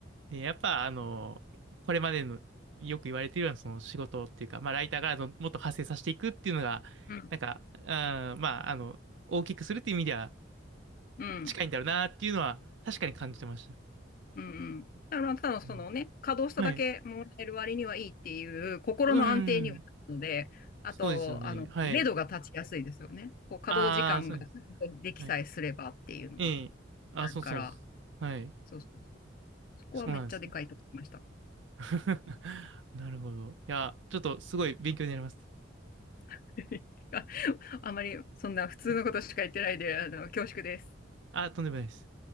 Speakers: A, on the right (about 75°); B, on the left (about 50°).
A: ね、やっぱ、あの、これまでの、よく言われているような、その仕事っていうか、まあ、ライターからのもっと派生させていくっていうのが、
B: うん。
A: なんか、うん、まあ、あの、大きくするっていう意味では
B: うん。
A: 近いんだろうなっていうのは、確かに感じてました。
B: うんうん。だからまあ、ただそのね、
A: うん
B: 稼働しただけもらえる割にはいいっていう心の安定にはなるので、
A: はい。うーん。
B: あと、
A: そうですよね。
B: あの、
A: はい。
B: 目処が立ちやすいですよね。こう稼働時間が
A: ああ、そうです。
B: できさえすればっていうのが
A: はいええ。あ、
B: あるから、
A: そうそう。はい。
B: そうそうそう。そこはめっちゃでかいと思いました。
A: そうなんですよ。<laughs> なるほど。いや、ちょっとすごい勉強になります。
B: <laughs> ああまりそんな普通のことしか言ってないで、
A: はい。
B: あの、恐縮です。
A: あ、とんでもないです。